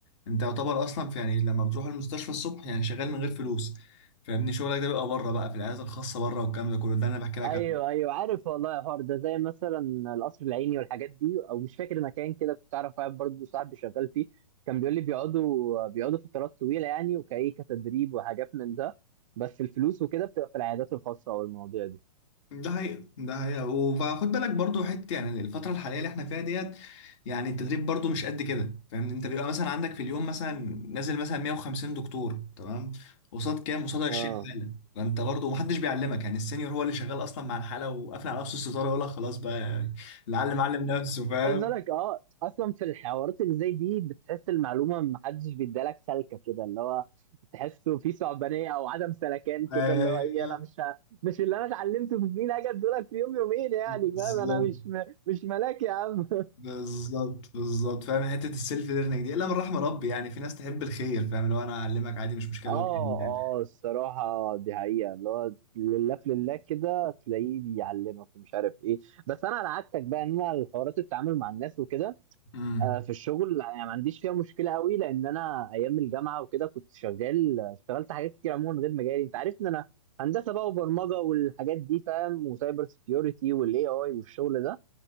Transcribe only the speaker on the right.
ايوه
ايوه عارف والله يا حوار ده زي مثلا القصر العيني والحاجات دي او مش فاكر مكان كده كنت اعرف واحد برضه صاحبي شغال فيه كان بيقول لي بيقعدوا بيقعدوا فترات طويلة يعني وكايه كتدريب وحاجات من ده بس الفلوس وكده بتبقى في العيادات الخاصة او المواضيع دي
اه
خد بالك اه اصلا في الحوارات اللي زي دي بتحس المعلومه ما حدش بيدالك سلكه كده اللي هو تحسه في صعبانيه او عدم سلكان كده
اللي هو ايه انا مش ه... مش اللي انا اتعلمته في سنين اجي ادولك في يوم يومين يعني
فاهم انا مش م... مش ملاك يا عم <laughs>
اه
اه الصراحة دي حقيقة اللي هو لله في لله كده تلاقيه بيعلمك ومش عارف ايه بس انا على عكسك بقى ان انا الحوارات التعامل مع الناس وكده
آه، في الشغل يعني ما عنديش فيها مشكله قوي لان انا ايام الجامعه وكده كنت شغال اشتغلت حاجات كتير عموما غير مجالي انت عارف ان انا هندسه بقى وبرمجه والحاجات دي فاهم وسايبر سكيورتي والاي اي والشغل ده